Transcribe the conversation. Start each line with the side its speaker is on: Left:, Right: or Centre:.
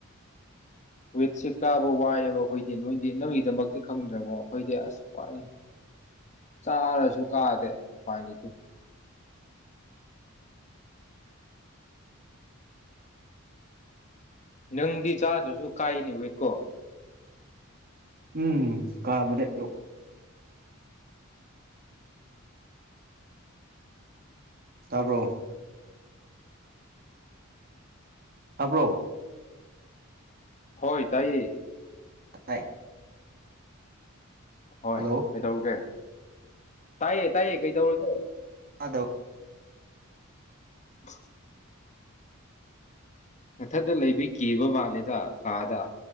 Left: ꯋꯦꯠꯁꯦ ꯀꯥꯕ ꯋꯥꯏꯑꯦꯕ ꯑꯩꯈꯣꯏꯗꯤ ꯅꯣꯏꯗꯤ ꯅꯪꯒꯤꯗꯃꯛꯇꯤ ꯈꯪꯗ꯭ꯔꯕꯣ ꯑꯩꯈꯣꯏꯗꯤ ꯑꯁ ꯋꯥꯏ ꯆꯥꯔꯁꯨ ꯀꯥꯗꯦ ꯎꯄꯥꯏ ꯂꯩꯇꯦ꯫ ꯅꯪꯗꯤ ꯆꯥꯗ꯭ꯔꯁꯨ ꯀꯥꯏꯌꯦꯅꯦ ꯋꯦꯠꯀꯣ꯫
Right: ꯎꯝ ꯀꯥꯕꯅꯦ ꯑꯗꯣ꯫ ꯇꯥꯕ꯭ꯔꯣ꯫ ꯍꯥꯥꯕ꯭ꯔꯣ
Left: ꯍꯣꯏ ꯇꯥꯏꯌꯦ꯫
Right: ꯇꯥꯏ꯫
Left: ꯍꯣꯏ
Right: ꯍꯜꯂꯣ
Left: ꯀꯩ ꯇꯧꯒꯦ ꯇꯥꯏꯌꯦ ꯇꯥꯏꯌꯦ ꯀꯩ ꯇꯧꯔ ꯇ
Right: ꯑꯗ
Left: ꯑ ꯃꯊꯛꯇ ꯂꯩꯕꯤ ꯀꯤꯕ ꯃꯥꯂꯦꯗ ꯀꯥꯗ